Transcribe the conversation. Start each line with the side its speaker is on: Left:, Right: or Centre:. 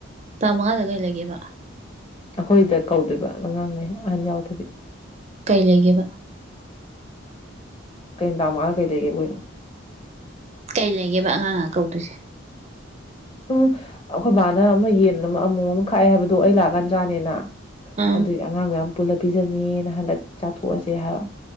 Right: ꯇꯥꯃꯉꯥꯗ ꯀꯩ ꯂꯩꯒꯦꯕ
Left: ꯑꯩꯈꯣꯏꯗ ꯀꯧꯗꯣꯏꯕ ꯑꯉꯥꯡꯉꯩ ꯑꯍꯟ ꯌꯥꯎꯗꯕꯤ
Right: ꯀꯩ ꯂꯩꯒꯦꯕ
Left: ꯀꯩ ꯇ ꯃꯥꯒ ꯀꯩ ꯂꯩꯒꯦꯕꯅꯣ
Right: ꯀꯩ ꯂꯩꯒꯦꯕ ꯑꯉꯥꯡ ꯑꯀꯧꯗꯣꯏꯁꯦ
Left: ꯁꯨꯝ ꯑꯩꯈꯣꯏ ꯕꯥꯅ ꯑꯃ ꯌꯦꯟ ꯑꯃ ꯑꯃꯣ ꯑꯃ ꯈꯥꯛꯑꯦ ꯍꯥꯏꯕꯗꯣ ꯑꯩ ꯂꯥꯛ ꯒꯟꯖ꯭ꯔꯥꯅꯦꯅ
Right: ꯑꯥ ꯎꯝ
Left: ꯑꯗꯨꯏ ꯑꯉꯥꯡ ꯃꯌꯥꯝ ꯄꯨꯜꯂ ꯄꯤꯖꯅꯤꯅ ꯍꯟꯗꯛ ꯆꯥꯊꯣꯛꯑꯁꯦ ꯍꯥꯏꯕ